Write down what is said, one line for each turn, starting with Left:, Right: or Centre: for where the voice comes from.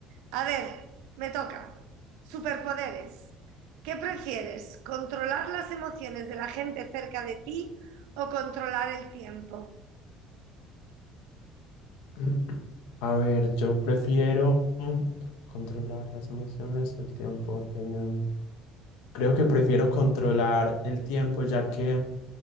Right: A ver, me toca. Superpoderes. ¿Qué prefieres? ¿Controlar las emociones de la gente cerca de ti o controlar el tiempo?
Left: <clears throat> A ver, yo prefiero controlar las emociones, el tiempo. em, creo que prefiero controlar el tiempo, ya que